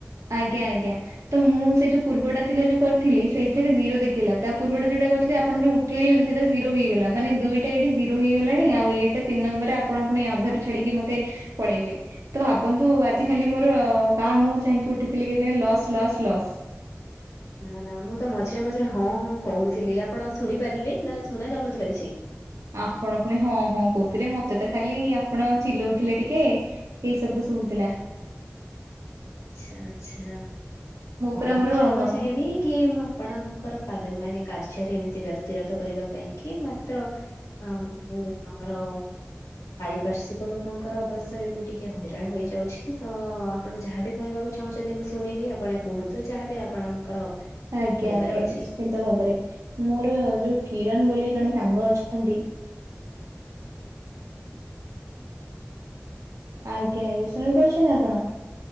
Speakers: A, on the right (about 75°); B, on the left (about 80°).
A: ଆଜ୍ଞା ଆଜ୍ଞା ଆଜ୍ଞା। ତ ମୁଁ ସେଇ ଯୋଉ ପୂର୍ବଟା ଥିଲେ ଯୋଉ କରିଥିଲି ସେଇଥିରେ ଜିରୋ ଦେଖିଲା ତା ପୂର୍ବଟା ଯୋଉଟା କରିଥିଲି ଆପଣ ଯୋଉ ଇଣି ସେଟା ଜିରୋଇଲା ମାନେ ଦୁଇଟା ଏଠିର ହେଇଲାଣି ଆ ଏଇଟା ତିନି ନମ୍ବର। ଆପଣ ପୁଣି ଅଧାରୁ ଛାଡିକି ମତେ ପଳେଇଲେ ତ ଭାବନ୍ତୁ ଆଜି ଖାଲି ମୋର <unintelligible> ଚାହିଁକି ଉଠିଥିଲି କେଜାଣି ଲସ୍ ଲସ୍ ଲସ୍।
B: ନା ନା ମୁଁ ତ ମଝିରେ ମଝିରେ ହଁ ହଁ କହୁଥିଲି ଆପଣ ଶୁଣିପାରିଲେ ନା ଶୁଣା ଯାଉନଥିଲା କିଛି?
A: ଆପଣ ପୁଣି ହଁ ହଁ କହୁଥିଲେ ମତେ ତ ଖାଲି ଆପଣ ଚିଲଉଥିଲେ ଟିକେ ସେଇ ଶବ୍ଦ ଶୁଭୁଥିଲା।
B: ଆଛା ଆଛା ହଁ
A: ପୁରା ମୋର
B: ମୁଁ କ୍ଷମା
A: ମନ
B: ଚାହିଁବି କି ମୁଁ ଆପଣଙ୍କର ମାନେ କାର୍ଯ୍ୟରେ ଏମିତି ବ୍ୟକ୍ତିରତ କରିବା ପାଇଁ କି ମାତ୍ର ହ ମୁଁ ଆମର ପାରିପାର୍ଶଵିକ ଲୋକଙ୍କର ଅବସ୍ଥା ଯୋଗୁ ଟିକେ ହଇରାଣ ହେଇଯାଉଛି ତ ଆପଣ ଯାହାବି କହିବାକୁ ଚାହୁଁଛନ୍ତି ମୁଁ ଶୁଣିବି ଆପଣ କୁହନ୍ତୁ ଯାହାବି ଆପଣଙ୍କର
A: ଆଜ୍ଞା
B: କହିବାର
A: ଆଜ୍ଞା
B: ଅଛି।
A: ନିଶ୍ଚିନ୍ତ ଭାବରେ ମୋର ଯୋଉ କିରଣ ବୋଲି ଜଣେ ସାଙ୍ଗ ଅଛନ୍ତି ଆଜ୍ଞା ଆଜ୍ଞା ଶୁଣିପାରୁଛନ୍ତି ଆପଣ?